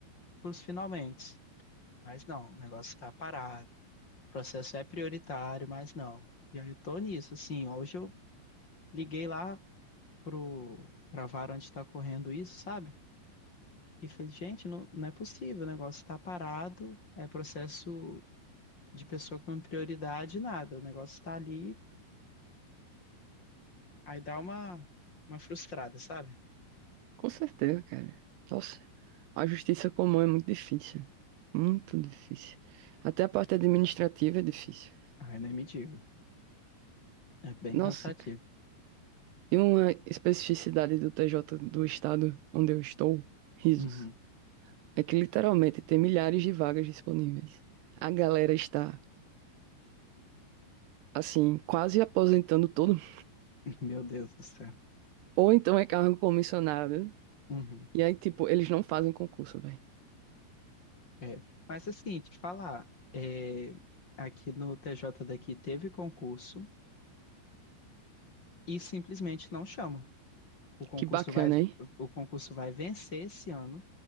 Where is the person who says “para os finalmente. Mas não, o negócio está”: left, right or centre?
Left